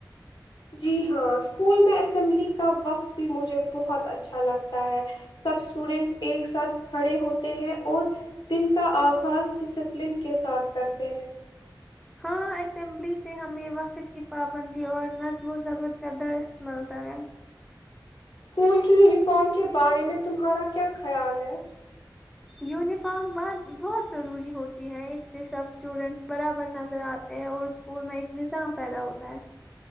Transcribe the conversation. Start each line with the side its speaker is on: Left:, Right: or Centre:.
Left: جی ہاں اسکول میں اسمبلی کا وقت بھی مجھے بہت اچھا لگتا ہے سب اسٹوڈینٹس ایک ساتھ کھڑے ہوتے ہیں اور دن کا آغاز ڈسپلن کے ساتھ کرتے ہیں
Centre: ہاں اسمبلی سے ہمیں وقت کی پابندی اور نظم و ضبط کا درث ملتا ہے
Left: اسکول کی یونیفارم کے بارے میں تمہارا کیا خیال ہے
Centre: یونیفارم بہت بہت ضروری ہوتا ہیں اس سے سب اسٹوڈینٹس برابر نظر آتے ہیں اور اسکول میں ایک نظام پیدا ہوتا ہے